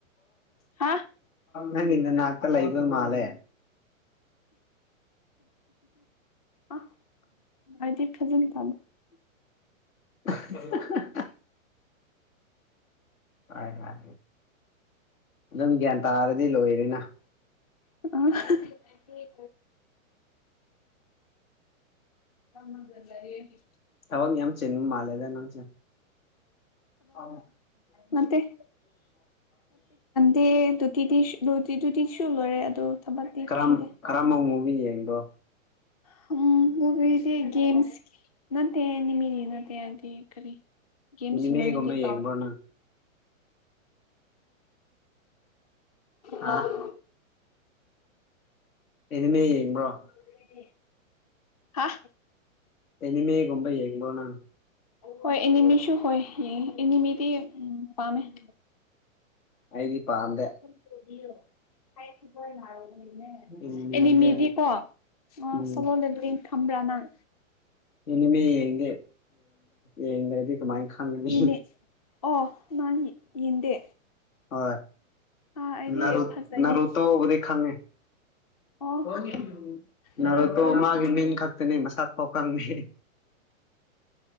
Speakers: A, on the left; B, on the left.
A: ꯍꯥ
B: ꯅꯪꯒꯤ ꯅꯅꯥꯥꯛꯇ ꯂꯩꯒꯗꯕ ꯃꯥꯜꯂꯦ
A: ꯑ ꯑꯩꯗꯤ ꯐꯖꯅ ꯇꯥꯗꯦ
B: <unintelligible> ꯍꯥꯢ ꯍꯥꯢ ꯅꯪ ꯒ꯭ꯌꯥꯟ ꯇꯥꯔꯗꯤ ꯂꯣꯏꯔꯦꯅ
A: ꯑ ꯐꯝꯃꯒ ꯂꯩꯌꯦ
B: ꯊꯕꯛ ꯌꯥꯝ ꯆꯤꯟꯕ ꯃꯥꯜꯂꯦꯗ ꯅꯪꯁꯦ ꯑ
A: ꯅꯠꯇꯦ ꯇꯦ ꯇꯨꯇꯤꯗꯤꯁ ꯂꯣꯢꯗꯔꯤꯗꯨꯗꯤ ꯗꯤꯁꯨ ꯂꯣꯢꯔꯦ ꯑꯗꯣ ꯊꯕꯛꯇꯤ
B: ꯀꯔꯝ
A: ꯊꯤꯗꯦ
B: ꯀꯔꯝꯕ ꯃꯋꯣꯡꯗ ꯌꯦꯡꯕꯔꯣ
A: ꯍꯝ ꯃꯨꯕꯤꯗꯤ ꯒꯦꯝꯁ ꯅꯠꯇꯦ ꯑꯦꯅꯤꯃꯤ ꯌꯦꯉꯥꯗꯤ ꯍꯥꯏꯗꯤ ꯀꯔꯤ ꯒꯦꯝꯁ
B: ꯑꯦꯅꯤꯃꯦꯒꯨꯝꯕ
A: ꯁꯤ ꯃꯃꯤꯡꯗꯤ ꯀꯥꯎꯋꯦ
B: ꯌꯦꯡꯕ꯭ꯔꯣ ꯅꯪ ꯍꯥ
A: ꯋꯥ
B: ꯑꯦꯅꯤꯃꯦ
A: <unintelligible>
B: ꯌꯦꯡꯕ꯭ꯔꯣ
A: ꯍꯥ꯫
B: ꯑꯦꯅꯤꯃꯦꯒꯨꯝꯕ ꯌꯦꯡꯕ꯭ꯔꯣ ꯅꯪ ꯫
A: ꯍꯣꯏ ꯑꯦꯅꯤꯃꯤꯁꯨ ꯍꯣꯏ ꯌꯦꯡꯏ ꯏꯅꯤꯃꯤꯗꯤ ꯎꯝ ꯄꯥꯝꯃꯦ꯫
B: ꯑꯩꯗꯤ ꯄꯥꯝꯗꯦ꯫
A: <unintelligible> ꯍꯥꯏꯔꯛꯀꯤꯀꯣ ꯑꯩꯅ ꯍꯥꯏꯕꯗꯣ꯫ ꯂꯩꯅꯦ
B: ꯑꯦꯅꯤꯃꯦꯁꯦ
A: ꯑꯦꯅꯤꯃꯤꯗꯤ ꯀꯣ ꯑꯣ
B: ꯎꯝ
A: ꯁꯣꯝ ꯂꯣꯝꯗ ꯂꯤꯡ ꯊꯝꯕ꯭ꯔ ꯅꯪ꯫
B: ꯑꯦꯅꯤꯃꯦ ꯌꯦꯡꯗ ꯌꯦꯡꯗ꯭ꯔꯗꯤ ꯀꯃꯥꯏ ꯈꯪꯅꯤ꯫
A: ꯌꯦꯡꯉꯦ ꯑꯣ ꯃꯥꯅꯤ ꯌꯦꯡꯗꯦ꯫
B: ꯍꯣꯏ
A: ꯑꯥ ꯑꯩꯗꯤ
B: ꯅꯔꯨ
A: ꯐꯖꯩꯌꯦ
B: ꯅꯔꯨꯇꯣꯕꯨꯗꯤ ꯈꯪꯉꯤ ꯫
A: ꯑꯣ
B: <unintelligible> ꯅꯔꯨꯇꯣꯃꯥꯒꯤ
A: ꯅꯔꯨꯇꯣꯗꯤ
B: ꯃꯤꯡ ꯈꯛꯇꯅꯦ ꯃꯁꯛ ꯐꯧ ꯈꯪꯗꯦ